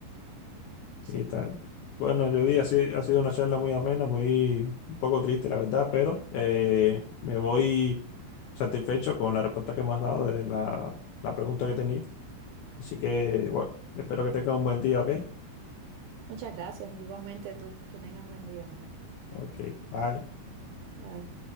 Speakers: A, on the right (about 75°); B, on the left (about 75°).
A: Sí,
B: y tal. Bueno, yo
A: así
B: di, así
A: es.
B: ha sido una charla muy amena, muy un poco triste, la verdad, pero eh, me voy satisfecho con la respuesta que me has dado de la, la pregunta que tenía. Así que, bueno, espero que tengas un buen día, ¿ok?
A: Muchas gracias. Igualmente tú, que tengas buen día, Marcos.
B: Ok, bye.
A: Bye.